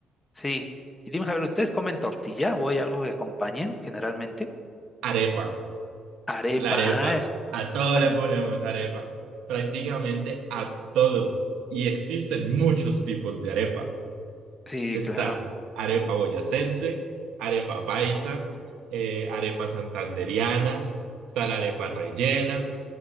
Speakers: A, on the left; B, on the right.
A: sí. Y dime, Javier, ¿ustedes comen tortilla o hay algo que acompañen generalmente?
B: Arepa.
A: Arepa,
B: La arepa,
A: ah, es
B: a todo
A: un pan.
B: le ponemos arepa, prácticamente a todo. Y existen muchos tipos de arepa.
A: Sí,
B: Está
A: claro.
B: arepa boyacense, arepa paisa, eh, arepa santandereana, está la arepa rellena